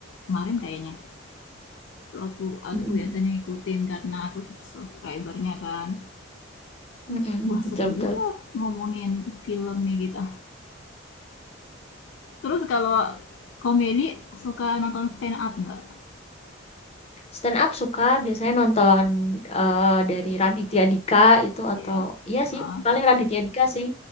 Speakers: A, on the left (about 70°); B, on the left (about 30°).
A: kemarin kayaknya itu aku aku
B: Mm-mm.
A: biasanya ngikutin karena aku subscribernya kan
B: Mm-mm,
A: wah
B: Betul
A: seru
B: betul.
A: juga ngomongin film nih kita terus kalau komedi suka nonton stand up nggak
B: Stand up suka biasanya nonton eh, dari Raditya Dika itu atau
A: iya
B: iya sih
A: ah
B: paling Raditya Dika sih